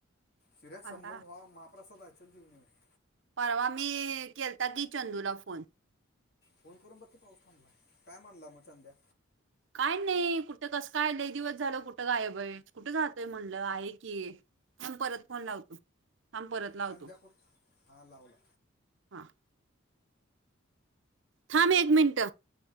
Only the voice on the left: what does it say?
शिऱ्यासमोर
भावा महाप्रसादा तिथंच जेवून यायचं.
फोन करून बघ की पाउस थांबला काय म्हणाला मग चंदया.
चंद्या को हा लावला